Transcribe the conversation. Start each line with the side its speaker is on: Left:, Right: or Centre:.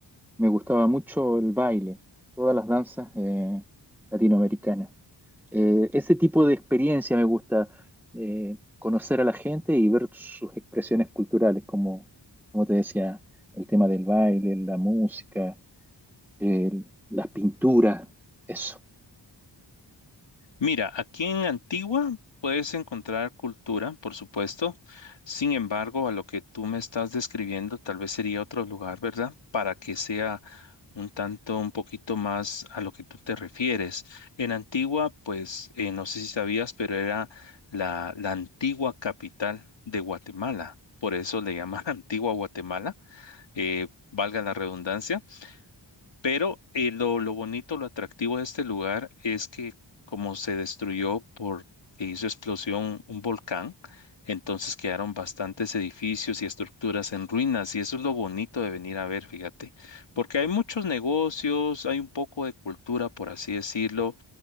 Centre: me gustaba mucho el baile, todas las danzas eh, latinoamericanas. Eh, ese tipo de experiencia me gusta, eh, conocer a la gente y ver sus expresiones culturales, como, como te decía, el tema del baile, la música, el- las pinturas, eso.
Left: Mira, aquí en Antigua puedes encontrar cultura, por supuesto. Sin embargo, a lo que tú me estás describiendo, tal vez sería otro lugar, ¿verdad? Para que sea un tanto, un poquito más a lo que tú te refieres. En Antigua, pues, eh, no sé si sabías, pero era la, la antigua capital de Guatemala. Por eso le llaman <laughs> Antigua Guatemala, eh, valga la redundancia. Pero eh, lo, lo bonito, lo atractivo de este lugar es que como se destruyó por que hizo explosión un volcán, entonces quedaron bastantes edificios y estructuras en ruinas y eso es lo bonito de venir a ver, fíjate, porque hay muchos negocios, hay un poco de cultura, por así decirlo,